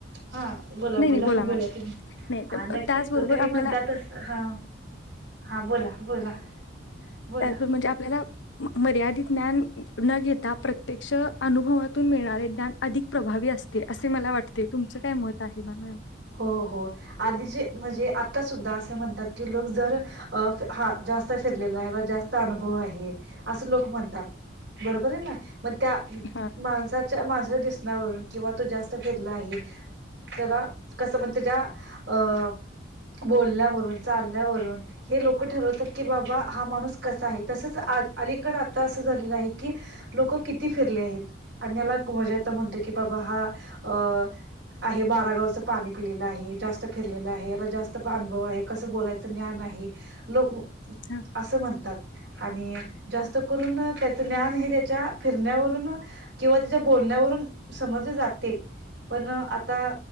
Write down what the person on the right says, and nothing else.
हा बोला
बोला
बोला तुम्ही,
हा नक्कीच
त तुम्ही
म्हणता तस, हा हा बोला. बोला. बोला
हो हो आधी जे म्हजे आता सुद्धा असं म्हणतात की लोक जर अ हा जास्त फिरलेला, ह्याला जास्त अनुभव आहे असं लोक म्हणतात, बरोबरये ना? म त्या <unintelligible>
माणसाच्या माणसा दिस् नावरुन किंवा तो जास्त फिरला आहे, त्याला कसं म्हण तेज्या अ बोलण्यावरून, चालण्यावरून हे लोकं ठरवतात की बाबा हा माणूस कसा आहे, तसंच आज अलीकड आता असं झालेलं आहे की, लोक किती फिरले आहेत, अन्याला म्हजे आता म्हणतो की बाबा हा अ आहे, बारागावचं पाणी पिलेला आहे, जास्त फिरलेला आहे, याला जास्त पा अनुभव आहे, कसं बोलायचं ज्ञान आहे, लोक म
असे म्हणतात. आणि जास्त करून त्याच ज्ञान हे त्याच्या फिरण्यावरून किंवा त्याच्या बोलण्यावरून समजल जातय, पण आता